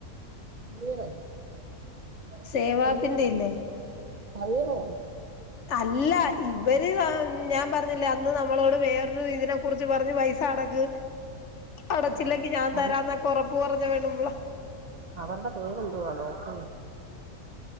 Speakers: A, on the right; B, on the left.
A: <inaudible>
B: സേവാപ്പിന്റെ ഇല്ലേ അല്ല ഇവര് ഞാൻ പറഞ്ഞില്ലേ ന്ന് നമ്മളോട് വേറൊരു ഇതിനെ കുറിച്ച് പറഞ് പൈസ അടക്ക് അടച്ചില്ലെങ്കിൽ
A: ആഹ്
B: ഞാൻ
A: അവർ
B: തരാന്ന ഉറപ്പ് പറഞ്ഞ പെണ്ണുംപിള്ള
A: അവരുടെ പേരെന്തുവാ നോക്ക